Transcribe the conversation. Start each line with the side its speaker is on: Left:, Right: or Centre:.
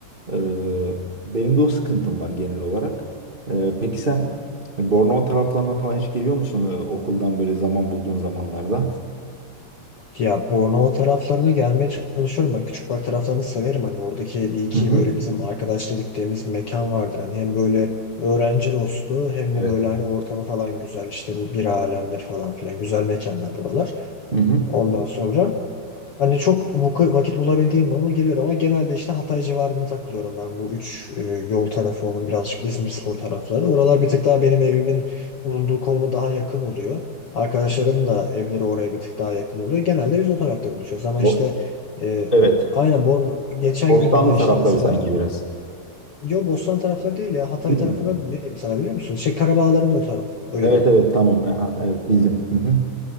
Right: Ee, benim de o sıkıntım var genel olarak. Ee, peki sen e, Bornova taraflarına falan hiç geliyor musun? Ee, okuldan böyle zaman bulduğun zamanlarda?
Left: Ya Bornova taraflarına gelmeye çalışıyorum. Ben Küçükbay taraflarını severim. Hani oradaki bir iki
Right: Hı hı.
Left: böyle bizim arkadaşla gittiğimiz mekan vardır. Hani hem böyle öğrenci dostu hem
Right: Evet.
Left: de böyle hani ortamı falan güzel. İşte bu bir alemdir falan filan. Güzel mekanlar buralar.
Right: Hı hı.
Left: Ondan sonra Hani çok vak- vakit bulabildiğim bana geliyor ama genelde işte Hatay civarında takılıyorum ben bu üç e, yol tarafı onun birazcık İzmirspor tarafları. Oralar bir tık daha benim evimin bulunduğu konuma daha yakın oluyor. Arkadaşlarım da evleri oraya bir tık daha yakın oluyor. Genelde biz o tarafta buluşuyoruz ama
Right: Bo-
Left: işte e,
Right: evet.
Left: aynen Born geçen
Right: Bostanlı
Left: gün ama işte
Right: tarafları
Left: mesela
Right: sanki biraz.
Left: yo Bostan tarafları değil ya Hatay
Right: Değil
Left: tarafına
Right: mi?
Left: ne diyeyim sana biliyor musun? Şey Karabağların o taraf öyle
Right: Evet
Left: diyeyim.
Right: evet tamam. Aha, evet bildim. Hı hı.